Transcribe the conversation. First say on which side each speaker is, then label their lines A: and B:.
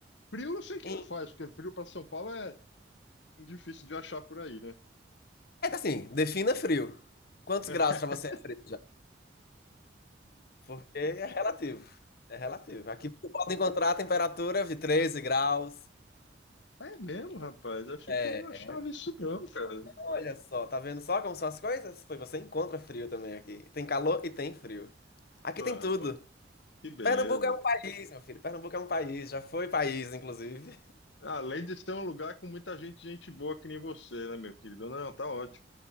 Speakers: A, on the left; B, on the left.
A: Frio eu sei que
B: Em-
A: não faz, porque frio para São Paulo é difícil de achar por aí, né?
B: É assim, defina frio. Quantos
A: <laughs>
B: graus pra você é frio? Porque é relativo. É relativo. Aqui você pode encontrar temperaturas de 13 graus.
A: É mesmo, rapaz. Eu achei
B: É,
A: que não achava isso não, cara.
B: olha só, tá vendo só como são as coisas? Pois você encontra frio também aqui. Tem calor e tem frio. Aqui
A: Ó,
B: tem
A: rapaz,
B: tudo.
A: que beleza.
B: Pernambuco é um país, meu filho. Pernambuco é um país, já foi país, inclusive.
A: Além de ser um lugar com muita gente, gente boa que nem você, né, meu querido? Não, tá ótimo.